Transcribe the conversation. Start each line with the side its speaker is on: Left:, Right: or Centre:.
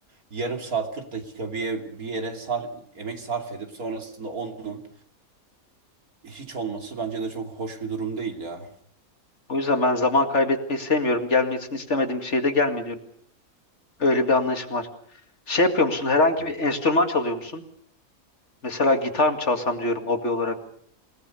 Right: yarım saat 40 dakika bir, ye- bir yere sar, emek sarf edip sonrasında onun hiç olması bence de çok hoş bir durum değil ya.
Left: O yüzden ben zaman kaybetmeyi sevmiyorum. Gelmesini istemediğim şeye de gelme diyorum. Öyle bir anlayışım var. Şey yapıyor musun? Herhangi
Right: Yani
Left: bir enstrüman çalıyor musun? Mesela gitar mı çalsam diyorum hobi olarak.